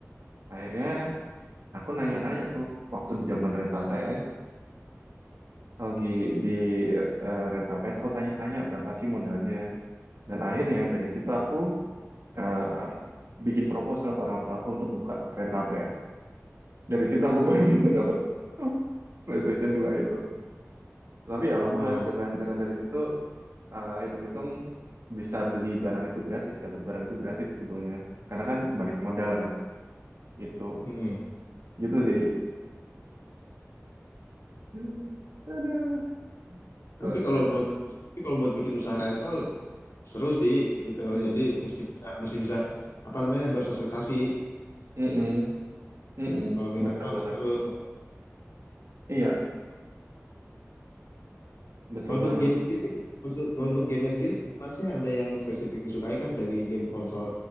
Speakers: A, on the right; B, on the left.
A: Akhirnya aku nanya-nanya tuh waktu di zaman rental PS, lagi di eh, rental PS aku tanya-tanya berapa sih modalnya. Dan akhirnya dari situ aku eh, bikin proposal ke orang tua aku untuk buka rental PS. Dari situ aku <laughs> baru bisa dapat PlayStation 2 itu. Tapi ya alhamdulillah
B: oh
A: dengan dengan dari situ eh, hitung-hitung bisa beli barang itu gratis, dapat barang itu gratis sebetulnya. Karena kan balik modal kan gitu.
B: mm.
A: Gitu sih. <laughs> Aduh, kocak.
B: tapi kalau buat tapi kalau buat bikin usaha rental seru sih gitu
A: Hmm.
B: jadi mesti bisa mesti bisa apa namanya bersosialisasi
A: Mm-mm. Mm-mm.
B: kalau bikin
A: Benar-benar.
B: rental mesti seru
A: Iya, betul
B: Kalau untuk
A: banget.
B: game sendiri, kalau
A: Hmm.
B: untuk game sendiri, masnya ada yang spesifik disukai kah dari game konsol,